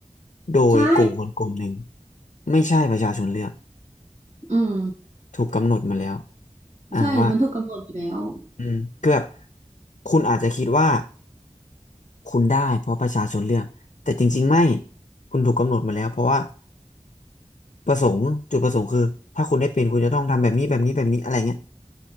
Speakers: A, on the left (about 70°); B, on the right (about 60°).
A: โดยกลุ่มคนกลุ่มหนึ่ง
B: ใช่
A: ไม่ใช่ประชาชนเลือก
B: อืม
A: ถูกกำหนดมาแล้วอ่าว่า
B: ใช่มันถูกกำหนดอยู่แล้ว
A: อืมคือแบบคุณอาจจะคิดว่าคุณได้เพราะประชาชนเลือกแต่จริงๆไม่คุณถูกกำหนดมาแล้วเพราะว่าประสงค์จุดประสงค์คือถ้าคุณได้เป็นคุณจะต้องทำแบบนี้แบบนี้แบบนี้อะไรเงี้ย